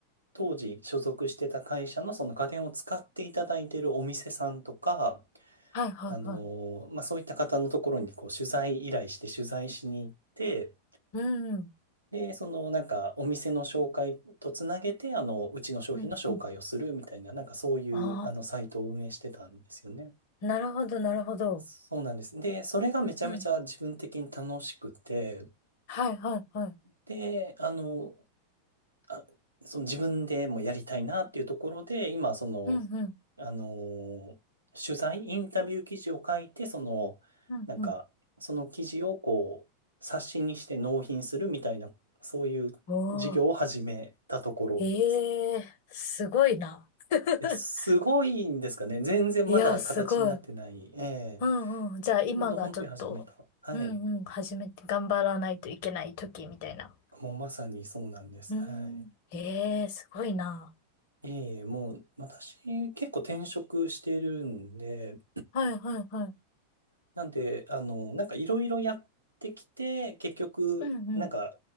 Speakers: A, on the right; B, on the left.
A: 当時所属してた会社のその家電を使っていただいているお店さんとか、
B: はいはいは
A: あの、まあ、そういった方のところにこう取材依頼して取材しに行って、
B: い。うんうん。
A: で、そのなんかお店の紹介とつなげて、あの、うちの商品の紹介をするみたいな、
B: うんうん。
A: なんかそういうあのサイトを運営してたんですよね。
B: ああ、なるほどなるほど。
A: そうなんです。で、それがめちゃめちゃ自分的に楽しくて、
B: うんうん。はいはいはい。
A: で、あの、あ、その自分でもやりたいなっていうところで、今、その、
B: うんうん。
A: あのー取材、インタビュー記事を書いて、その、
B: うんうん。
A: なんか、その記事をこう、冊子にして納品するみたいな、そういう事業を始めたところですね。
B: おー。ええすごいな。<laughs>
A: いや、すごいんですかね。全然まだ形になってない。
B: いや、すごい。
A: え
B: うんうん。
A: え
B: じゃあ今がちょっと、
A: ちょうど本当に始めた。はい。
B: うんうん、始めて頑張らないといけない時みたいな。
A: もうまさにそうなんです。
B: うん。
A: はい。
B: ええすごいな。
A: ええ、もう私結構転職してるんで、
B: はいはいはい。
A: なんで、あの、なんかいろいろやってきて、結局、
B: うんうん。
A: なんか、